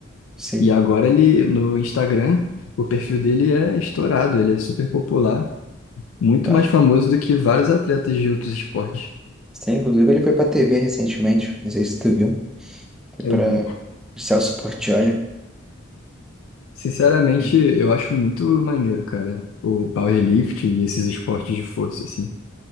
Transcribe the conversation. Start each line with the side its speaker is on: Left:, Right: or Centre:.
Centre: sim.
Left: E agora ele, no Instagram, o perfil dele é estourado, ele é super popular, muito
Centre: Tá.
Left: mais famoso do que vários atletas de outros esportes.
Centre: Sim, inclusive ele foi pra TV recentemente. Não sei se tu viu. Foi
Left: Eu
Centre: para
Left: vi.
Centre: o Celso Portiolli.
Left: Sinceramente,
Centre: Hum.
Left: eu acho muito maneiro, cara, o powerlifting e esses esportes de força, assim.